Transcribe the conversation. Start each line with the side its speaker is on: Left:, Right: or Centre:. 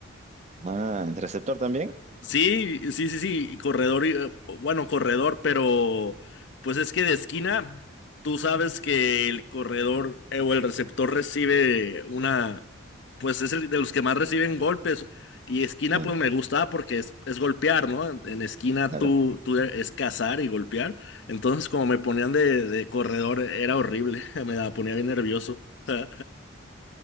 Right: Ah, ¿el receptor también?
Left: Sí, sí, sí, sí, corredor, y, eh, bueno, corredor, pero pues es que de esquina, tú sabes que el corredor eh, o el receptor recibe una, pues es el de los que más reciben golpes. Y esquina,
Right: Ah,
Left: pues me gusta porque es, es golpear, ¿no? En, en esquina
Right: Claro.
Left: tú, tú e, es cazar y golpear. Entonces, como me ponían de, de corredor, e, era horrible, <laughs> me la ponía bien nervioso. <laughs>